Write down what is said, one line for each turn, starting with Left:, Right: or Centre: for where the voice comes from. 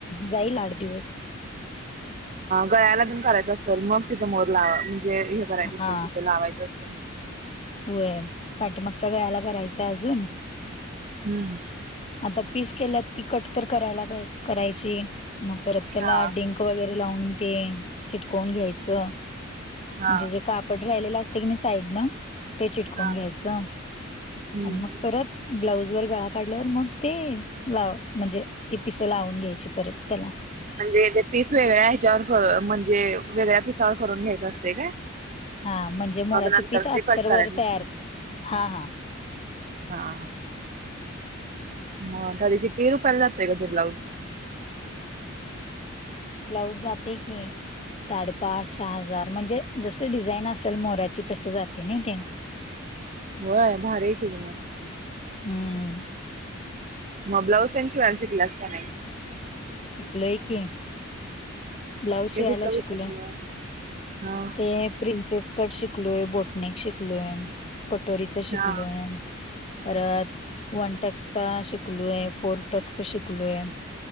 Left: जाईल आठ दिवस.
Right: गळ्याला तेन करायचं असल, मग तिथं मोर ला म्हणजे हे करायचं असेल
Left: हा
Right: तिथं लावायचं असल?
Left: होय, पाठीमागच्या गळ्याला करायचंय अजून.
Right: हम्म.
Left: आता पीस केल्यात, ती कट तर करायला पा, करायची. मग परत त्याला
Right: हा
Left: डिंक वगैरे लावून ते चिटकवून घ्यायचं.
Right: हा
Left: आणि जे, जे काप पड राहिलेला असतय कणी साईडन ते चिटकून
Right: हा
Left: घ्यायचं,
Right: हम्म
Left: आणि मग परत ब्लाऊज वर गळा काढल्यावर मग ते, लाव म्हणजे ती पिस लावून घ्यायची परत त्येला.
Right: म्हणजे ते पीस वेगळ्या ह्याच्यावर, क, म्हणजे वेगळ्या पिसावर करून घ्यायचं असतय काय?
Left: हा, म्हणजे मोराचे
Right: मग नंतर
Left: पीस अस्तर
Right: ते कट करायचं
Left: वर
Right: असते
Left: तयार. हा, हा.
Right: हां. मग, तरी किती रुपयाला जातंय ग ते ब्लाउज?
Left: ब्लाऊज जातय की साडे-पाच, सहा हजार म्हणजे जस डिझाईन असल मोराची. तसं जातय नही ते.
Right: होय भारी आहे कि मग
Left: हम्म
Right: मग ब्लाऊज त्यां शिवायला शिकल्यास का नाही?
Left: शिकलोय कि ब्लाऊज शिवायला
Right: ते कुठलं कुठलं
Left: शिकलोय.
Right: केल्यास हा
Left: ते प्रिन्सेस कट शिकलोय बोटनेक शिकलोय कटोरीच शिकलोय.
Right: हा
Left: परत वन टक्सचा शिकलोय फोर टक्स शिकलोय.